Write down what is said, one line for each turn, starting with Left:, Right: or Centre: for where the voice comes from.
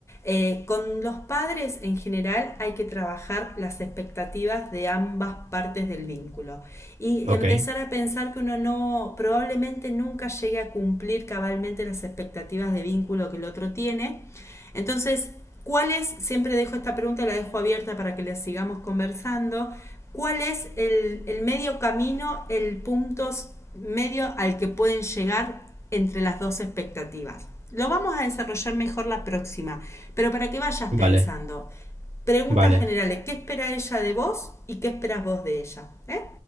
Left: eh, con los padres en general hay que trabajar las expectativas de ambas partes del vínculo y
Right: Ok,
Left: empezar a pensar que uno no probablemente nunca llegue a cumplir cabalmente las expectativas de vínculo que el otro tiene. Entonces, ¿cuáles? Siempre dejo esta pregunta, la dejo abierta para que les sigamos conversando. ¿Cuál es el, el medio camino, el punto medio al que pueden llegar entre las dos expectativas? Lo vamos a desarrollar mejor la próxima, pero para que vayas
Right: vale,
Left: pensando, preguntas
Right: vale.
Left: generales, ¿qué espera ella de vos y qué esperas vos de ella? ¿Eh?